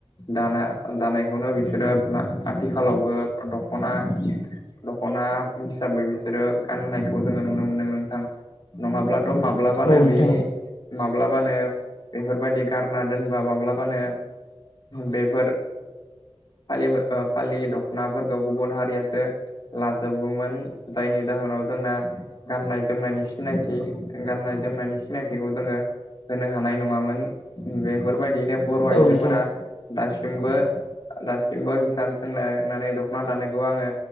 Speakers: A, on the left; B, on the left.
A: दाना दानायखौनो बिसोरो आथिखालावबो दख'ना दखना हिसाबै बिसोरो गाननायखौ जोङो नुनो मोनदों नोंथां नङाब्ला माब्लाबानो
B: औ नोंथां
A: बे माब्लाबानो बेफोरबायदि गारना दोनबा माब्लाबानो बेफोर फालि फालि दख'नाफोरखौ गुबुन हारियासो लाथाब गौमोन दायनि जाहोनाव जोंना गाननाय जोमनायनि सिनायथि गाननाय जोमनायनि सिनायथिखौ जोङो होनो हानाय नङामोन बेफोरबायदिनो बर' आइजोफोरा
B: औ नोंथां
A: दासिमबो दासिमबो हिसान सोंलनानै दख'ना दानायखौ आङो